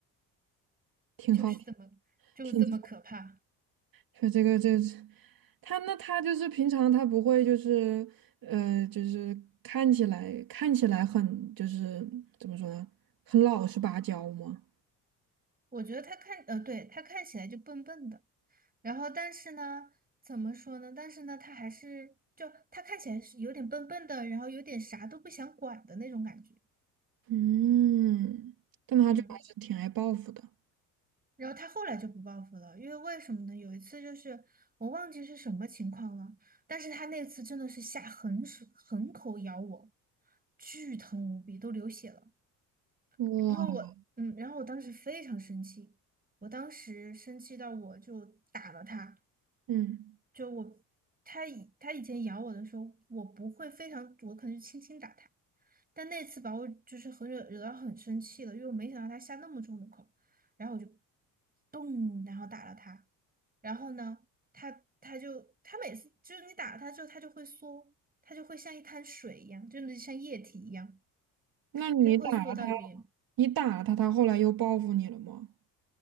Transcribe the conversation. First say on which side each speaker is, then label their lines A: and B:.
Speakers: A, on the right (about 55°); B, on the right (about 20°).
A: 挺好
B: 就是这么就是这么可怕。
A: <laughs> 听，挺说这个这是他那他就是平常他不会就是呃就是看起来看起来很就是怎么说呢，很老实巴交吗？
B: 我觉得他看呃，对，他看起来就笨笨的，然后但是呢，怎么说呢？但是呢，他还是就他看起来是有点笨笨的，然后有点啥都不想管的那种感觉，
A: 嗯，但他就还是挺爱报复的。
B: 嗯。然后他后来就不报复了，因为为什么呢？有一次就是我忘记是什么情况了，但是他那次真的是下狠手狠口咬我，巨疼无比，都流血了。
A: 哇，
B: 然后我，嗯，然后我当时非常生气，我当时生气到我就打了他，
A: 嗯，
B: 就我，他以他以前咬我的时候，我不会非常，我可能就轻轻打他，但那次把我就是很惹惹到很生气了，因为我没想到他下那么重的口，然后我就咚，然后打了他，然后呢，他他就他每次就是你打了他之后，他就会缩，他就会像一滩水一样，就是像液体一样，
A: 那你打了他，
B: 他就会缩到一边，
A: 你打了他，他后来又报复你了吗？